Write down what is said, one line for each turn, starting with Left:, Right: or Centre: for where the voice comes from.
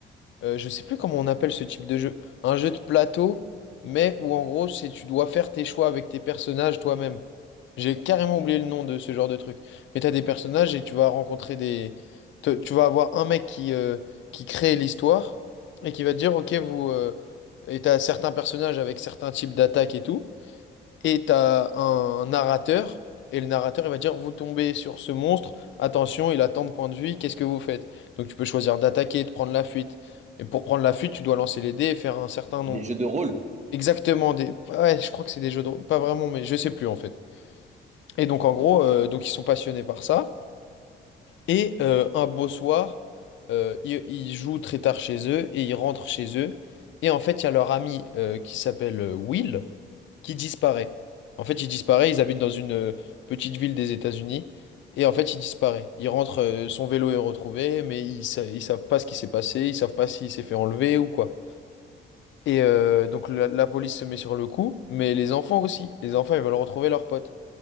Left: euh, je sais plus comment on appelle ce type de jeu, un jeu de plateau, mais où en gros c'est tu dois faire tes choix avec tes personnages toi-même. J'ai carrément oublié le nom de ce genre de truc. Mais t'as des personnages et tu vas rencontrer des, te- tu vas avoir un mec qui euh, qui crée l'histoire et qui va te dire ok vous euh, et t'as certains personnages avec certains types d'attaques et tout et t'as un narrateur, et le narrateur il va dire vous tombez sur ce monstre, attention, il a tant de points de vue, qu'est-ce que vous faites? Donc tu peux choisir d'attaquer, de prendre la fuite. Et pour prendre la fuite, tu dois lancer les dés et faire un certain nombre.
Right: Des jeux de rôle.
Left: Exactement des. Ouais, je crois que c'est des jeux de. rôle. Pas vraiment, mais je sais plus en fait. Et donc en gros, euh, donc ils sont passionnés par ça. Et euh, un beau soir, euh, ils, ils jouent très tard chez eux et ils rentrent chez eux. Et en fait, il y a leur ami euh, qui s'appelle euh, Will qui disparaît. En fait, il disparaît, ils habitent dans une euh, petite ville des États-Unis, et en fait, il disparaît. Il rentre, euh, son vélo est retrouvé, mais ils, sa- ils savent pas ce qui s'est passé, ils savent pas s'il s'est fait enlever ou quoi. Et euh, donc la, la police se met sur le coup, mais les enfants aussi. Les enfants, ils veulent retrouver leur pote.